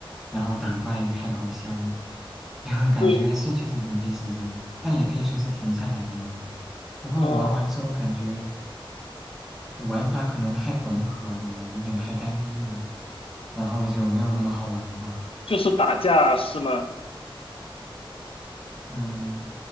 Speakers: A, in the centre; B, on the left.
A: 然后打怪开宝箱，<laughs> 感觉是确实挺费时间，
B: 对，
A: 但也可以随时停下来的嘛。不过我玩完之后感觉
B: 哦，
A: 玩法可能太缝合了，有点太单一了，然后就没有那么好玩吧。
B: 就是打架是吗？
A: 嗯。